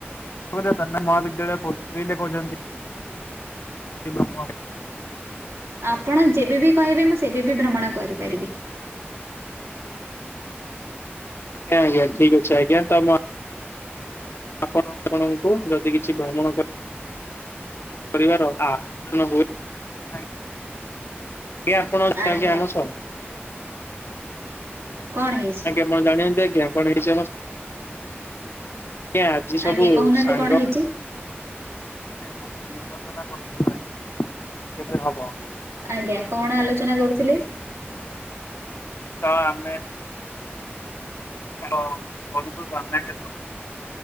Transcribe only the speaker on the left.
<unintelligible> ମହାବିଦ୍ୟାଳୟ। <unintelligible>
ଆଜ୍ଞା ଆଜ୍ଞା ଠିକ୍ ଅଛି ଆଜ୍ଞା। ତ ମ ଆପଣ ଆପଣଙ୍କୁ ଯଦି କିଛି ଭ୍ରମଣ କରି କରିବାର ଆୟୋଜନ ହୁଏ। <unintelligible>
ଆମ ସ
<unintelligible> ଆଜି
ସବୁ
ସାଙ୍ଗମାନେ
ନାଇଁ ବସିକି <unintelligible> କେବେ ହବ?
ତ ଆମେ <unintelligible>